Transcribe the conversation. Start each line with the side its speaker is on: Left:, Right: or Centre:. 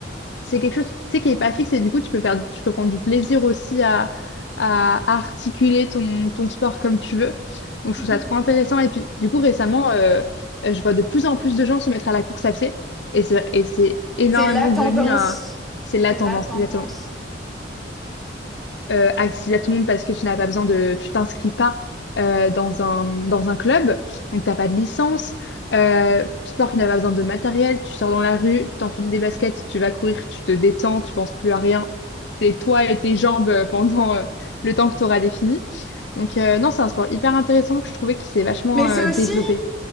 Left: C'est quelque chose, tu sais, qui est pas fixe et du coup, tu peux faire, tu peux prendre du plaisir aussi à, à articuler ton, ton sport comme tu veux. Donc,
Centre: Mhm.
Left: je trouve ça trop intéressant. Et puis, du coup, récemment, euh, euh, je vois de plus en plus de gens se mettre à la course à pied et c'est, et c'est énormément
Centre: C'est la tendance.
Left: devenu un, c'est la
Centre: C'est
Left: tendance,
Centre: la tendance.
Left: exactement euh, accessible à tout le monde parce que tu n'as pas besoin de, tu t'inscris pas euh, dans un, dans un club, donc t'as pas de licence. Euh, sport qui n'a pas besoin de matériel, tu sors dans la rue, t'enfiles des baskets, tu vas courir, tu te détends, tu penses plus à rien, t'es toi et tes jambes euh, pendant euh, le temps que tu auras défini. Donc euh, non, c'est un sport hyper intéressant que je trouvais qui s'est vachement
Centre: Mais c'est
Left: euh, développé.
Centre: aussi,